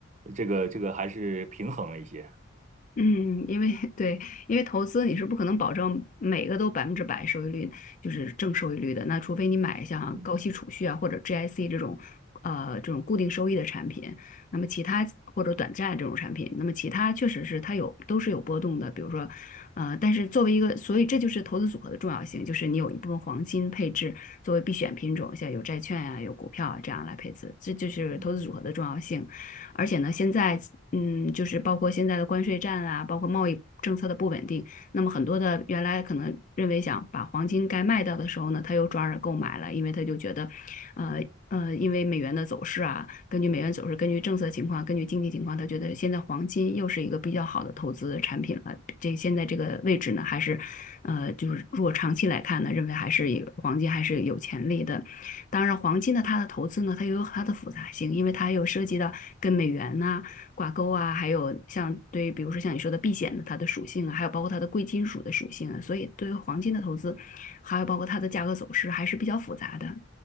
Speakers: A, on the right (about 35°); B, on the left (about 40°).
A: 这个这个还是平衡了一些。
B: 嗯，因为 <laughs> 对，因为投资你是不可能保证每个都百分之百收益率，就是正收益率的。那除非你买像高息储蓄啊，
A: 嗯
B: 或者 GIC 这种，呃，这种固定收益的产品。那么其他或者短债这种产品，那么其他确实是它有都是有波动的。比如说，呃，但是作为一个，所以这就是投资组合的重要性，就是你有一部分黄金配置作为必选品种，像有债券呀、有股票啊这样来配置，这就是投资组合的重要性。
A: 嗯。
B: 而且呢，现在嗯，就是包括现在的关税战啊，包括贸易政策的不稳定，那么很多的原来可能认为想把黄金该卖掉的时候呢，他又转而购买了，因为他就觉得，呃呃，因为美元的走势啊，根据美元走势，根据政策情况，根据经济情况，他觉得现在黄金又是一个比较好的投资产品了。这现在这个位置呢，还是，呃，就是如果长期来看呢，认为还是以黄金还是有潜力的。当然，黄金呢，它的投资呢，它又有它的复杂性，因为它有涉及到跟美元呐、挂钩啊，还有像对，比如说像你说的避险的它的属性啊，还有包括它的贵金属的属性啊，所以对于黄金的投资，还有包括它的价格走势还是比较复杂的。